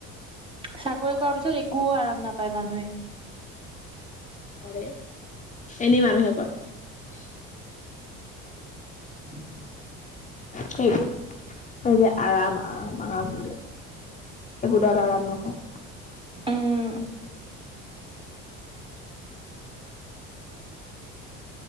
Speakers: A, on the right; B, on the left.
A: চাকৰি কৰা পিছত একো আৰাম নাপায় মানুহে।
B: নোৱাৰে এনেই মানুহে কয়।
A: <inaudible>
B: সেইবোৰ যে আৰাম আৰাম আৰাম বুলে এইবোৰ <unintelligible>
A: উম